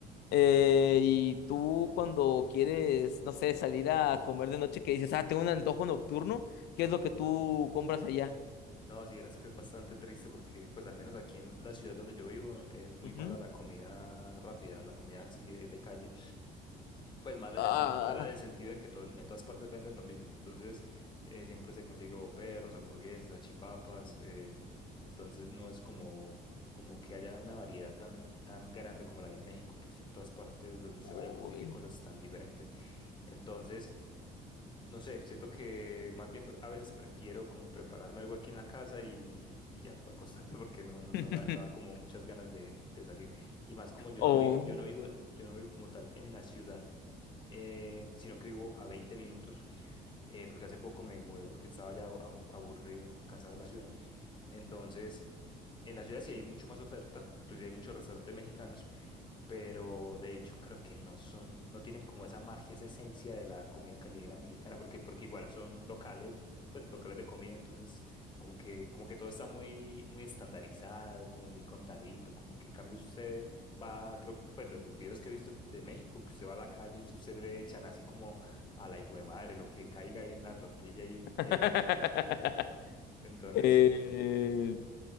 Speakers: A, on the left (about 75°); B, on the left (about 25°).
A: Eh, y tú cuando quieres, no sé, salir a comer de noche, que dices, ah, tengo un antojo nocturno, ¿qué es lo que tú compras allá?
B: no, si vieras que es bastante triste porque, pues al menos aquí en la ciudad donde yo vivo, es muy
A: Ujú.
B: mala la comida rápida, la comida así de, de calle. Pues mala
A: Ah,
B: en el, sen- mala en el sentido de que todo, el- en todas partes venden lo mismo. Entonces, eh, siempre se consigue o perros, hamburguesas, salchipapas. eh, entonces, no es como, como que haya una variedad tan, tan grande como la hay en México, que usted en todas partes donde usted
A: uy.
B: vaya consigue cosas tan diferentes. Entonces, no sé, siento que más bien pre- a veces prefiero como prepararme algo aquí en la casa y, y ya acostarme <laughs> porque no, no,
A: <laughs>
B: no, me da- no da como muchas ganas de, de salir. Y más como yo
A: Oh.
B: no vivo, yo no vivo, yo no vivo como tal en la ciudad, eh, sino que vivo a 20 minutos, eh, porque hace poco me mudé porque estaba ya a- aburrido, cansado de la ciudad. Entonces, en la ciudad sí hay mucho más oferta, inclusive hay muchos restaurantes mexicanos, pero de hecho creo que no son, no tienen como esa magia, esa esencia de la comida callejera mexicana, porque, porque igual son locales, pues, locales de comida, entonces como que, como que todo está muy, muy estandarizado, como muy contadito, como que en cambio si usted va, creo, pues los videos que he visto de México, que usted va a la calle, usted, usted le echan así como a la hijo de madre, lo que caiga ahí en la tortilla y
A: <laughs>
B: lleve papa. Entonces
A: Eh,
B: sí.